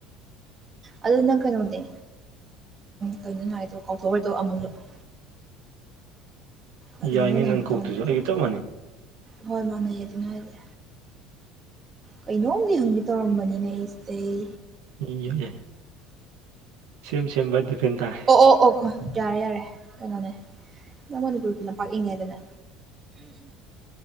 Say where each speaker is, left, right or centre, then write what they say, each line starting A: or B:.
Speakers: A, on the right; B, on the right.
A: ꯑꯗꯨ ꯅꯪ ꯀꯩꯅꯣꯗꯤ ꯀꯩꯅꯣ ꯅ ꯍꯥꯏꯗꯣ ꯀꯥꯎꯊꯣꯛꯑꯗꯣ ꯑꯃꯨꯛꯂꯛꯑꯣ
B: <unintelligible>
A: ꯑꯗꯨ ꯅꯣꯏꯅꯪ
B: ꯅꯪ ꯀꯣꯛꯇꯨꯁꯨ
A: ꯇꯧꯔꯝꯃꯦꯗꯕꯣ
B: ꯑꯩꯒ ꯆꯞ ꯃꯥꯟꯅꯩ
A: ꯍꯣꯏ ꯃꯥꯟꯅꯩꯌꯦ ꯑꯗꯨ ꯍꯥꯏꯥꯏꯔꯦ ꯀꯩꯅꯣꯝꯗꯤ ꯍꯪꯒꯦ ꯇꯧꯔꯝꯕꯅꯤꯅꯦ ꯑꯩ ꯁꯤꯗꯩ
B: ꯏ ꯌꯥ ꯌꯥꯏ ꯁꯦꯝ ꯁꯦꯝ ꯗꯤꯐꯦꯟ ꯇꯥ
A: ꯑꯣ ꯑꯣ ꯑꯣ ꯈꯣꯏ ꯌꯥꯔꯦ ꯌꯥꯔꯦ ꯀꯩꯅꯣꯅꯦ ꯅꯉꯗꯤ ꯀꯄꯤꯂ ꯄ ꯌꯦꯉꯔꯅꯦ